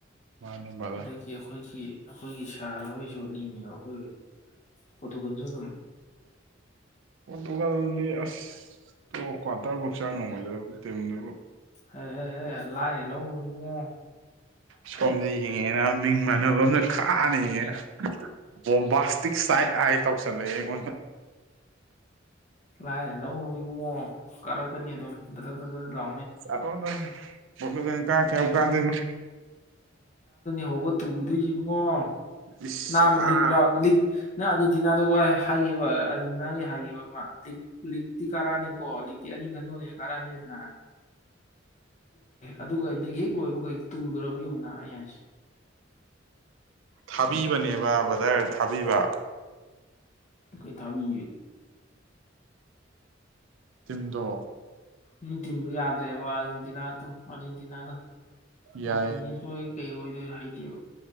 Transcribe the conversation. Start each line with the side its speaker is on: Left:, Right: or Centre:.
Right: ꯃꯥꯅꯤ ꯃꯥꯗ
Left: ꯑꯗꯒꯤ ꯑꯩꯈꯣꯏꯒꯤ ꯑꯩꯈꯣꯏꯒꯤ ꯁꯥꯔ ꯍꯣꯏꯁꯨ ꯂꯤꯡꯉꯦꯕ ꯑꯩꯈꯣꯏ ꯄꯨꯗꯨ ꯀ ꯆ ꯑꯗꯨꯝ
Right: ꯄꯣꯇꯨꯒꯜ ꯑꯁ ꯀ꯭ꯋꯥꯇꯔꯐꯧ ꯆꯥꯡ ꯅꯨꯡꯉꯥꯏꯖꯕ ꯇꯤꯝꯅꯦꯕꯨ
Left: ꯍ ꯍꯦ ꯍꯦ ꯂꯥꯏ ꯍꯜꯂꯧ ꯍꯣꯏꯕ
Right: ꯁꯣꯝꯗ ꯌꯦꯡꯉꯦꯅ ꯃꯤꯡ ꯃꯥꯟꯅꯕ ꯑꯝꯇ ꯈꯥꯟꯅ ꯌꯦꯡꯉꯦꯅ ꯕꯣꯝꯕꯥꯁꯇꯤꯛ ꯁꯥꯏꯠ ꯍꯥꯏ ꯇꯧꯁꯜꯂꯛꯑꯦ ꯑꯣ
Left: ꯂꯥꯏꯔꯦ ꯂꯧꯅꯨ ꯏꯕꯨꯡꯉꯣ ꯀꯥꯔꯛꯀꯅꯤ ꯑꯗꯨꯝ ꯗ꯭ꯔ ꯗ ꯂ
Right: ꯑꯔꯣ ꯋꯥꯂꯣ ꯦꯡ ꯀꯥ ꯀꯌꯥꯧ
Left: ꯅꯪ
Right: ꯀꯥꯗꯅ
Left: ꯍ ꯇꯨꯈꯤꯗꯣꯏꯁꯤꯕꯨꯡꯉꯣ
Right: ꯏꯁ
Left: ꯅꯥꯕ
Right: ꯑꯥ
Left: ꯂꯤꯛ꯭ꯔ ꯂꯤꯛ ꯅꯪ ꯑꯥꯔꯖꯦꯟꯇꯤꯅꯥꯗ ꯋꯥꯏ ꯍꯥꯏ ꯑꯅꯥꯒꯤ ꯍꯥꯏꯈꯤꯕ ꯑꯃ ꯂꯤꯛ ꯂꯤꯛꯇꯤ ꯀꯔꯥꯅꯤꯀꯣ ꯂꯤꯛꯇꯤ ꯑꯅꯤ ꯈꯟꯗꯣꯛꯅꯦ ꯀꯔꯥꯅꯤꯗꯅ ꯑꯗꯨꯒ ꯂꯤꯛ ꯍꯦꯛ ꯂꯣꯏꯕꯒꯦꯛ ꯇꯨꯗꯕ ꯌꯧꯅ ꯑꯩꯌꯥꯁꯦ
Right: ꯊꯥꯕꯤꯕꯅꯦꯕ ꯕꯖꯥꯔ ꯊꯥꯕꯤꯕ
Left: ꯀꯩ ꯊꯥꯕꯤ
Right: ꯇꯨꯡꯗꯣ
Left: ꯅꯨꯡꯇꯤꯟꯗꯨ ꯌꯥꯗ꯭ꯔꯦꯕ ꯑꯥꯔꯖꯦꯟꯇꯤꯅꯥꯛꯇꯣ ꯑꯥꯔꯖꯦꯟꯇꯤꯅꯥꯗꯣ
Right: ꯌꯥꯏꯌꯦ
Left: ꯃꯥꯅꯤ ꯂꯣꯏ ꯀꯩ ꯑꯣꯏꯗꯣꯏ ꯍꯥꯏꯗꯦꯕ